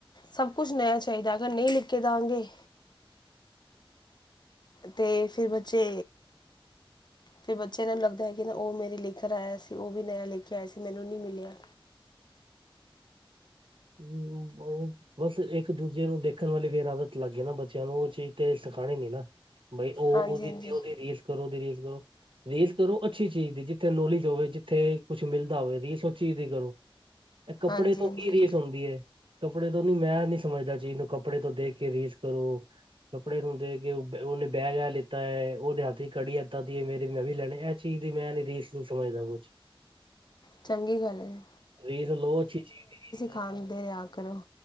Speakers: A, on the left; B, on the right.
A: ਸਭ ਕੁਛ ਨਿਆ ਚਾਹੀਦਾ ਅਗਰ ਨਹੀਂ ਨਿੱਕੇ ਜਾਣਗੇ। ਤੇ ਫਿਰ ਬੱਚੇ ਫਿਰ ਬੱਚਿਆਂ ਨੇ ਲੱਗਦਾ ਹੈ ਕਿ ਨਾ ਉਹ ਮੇਰੇ ਲੇਕਰ ਆਇਆ ਸੀ, ਉਹ ਵੀ ਨਯਾ ਲੇਕੇ ਆਇਆ ਸੀ ਮੈਨੂੰ ਨਹੀਂ ਮਿਲਿਆ।
B: ਹੂੰ ਉਹ ਬਸ ਇੱਕ ਦੂਜੇ ਨੂੰ ਦੇਖਣ ਵਾਲੀ ਫੇਰ ਆਦਤ ਲੱਗ ਗਈ ਨਾ ਬੱਚਿਆਂ ਨੂੰ ਉਹ ਚੀਜ਼ ਤੇ ਸਿਖਾਉਣੀ ਨੀ ਨਾ਼ ਬਈ ਉਹ
A: ਹਾਂਜੀ
B: ਉਹਦੀ,
A: ਹਾਂਜੀ
B: ਉਹਦੀ ਰੀਸ ਕਰੋ ਉਹਦੀ ਰੀਸ ਕਰੋ ਰੀਸ ਕਰੋ ਅੱਛੀ ਚੀਜ਼ ਦੀ ਜਿੱਥੇ ਨੋਲੇਜ ਹੋਵੇ ਜਿੱਥੇ ਕੁਛ ਮਿਲਦਾ ਹੋਵੇ ਰੀਸ ਉਹ ਚੀਜ਼ ਦੀ ਕਰੋ ਇਹ ਕੱਪੜੇ
A: ਹਾਂਜੀ
B: ਤੋਂ
A: ਹਾਂਜੀ
B: ਕੀ ਰੀਸ ਹੂੰਦੀ ਹੈ, ਕੱਪੜੇ ਤੋਂ ਨੀ ਮੈਂ ਨੀ ਸਮਝਦਾ ਚੀਜ਼ ਨੂੰ ਕੱਪੜੇ ਤੋਂ ਦੇਖ ਕੇ ਰੀਸ ਕਰੋ ਕੱਪੜੇ ਨੂੰ ਦੇਖ ਕੇ ਉਹਨੇ ਬੈਗ ਏਹ ਲਿੱਤਾ ਹੈ, ਉਹਦੇ ਹੱਥ ਚ ਘੜੀ ਏਦਾ ਦੀ ਏ, ਮੇਰੀ ਮੈਂ ਵੀ ਲੈਣੇ ਇਹ ਚੀਜ਼ ਦੀ ਮੈਂ ਨੀ ਰੀਸ ਨੂ ਸਮਝਦਾ ਕੁਛ,
A: ਚੰਗੀ ਗੱਲ ਹੈ
B: ਰੀਸ ਲੋ ਅੱਛੀ ਚੀਜ਼ ਦੀ ਰੀਸ
A: ਖਾਂਦੇ ਆ ਕਰਨ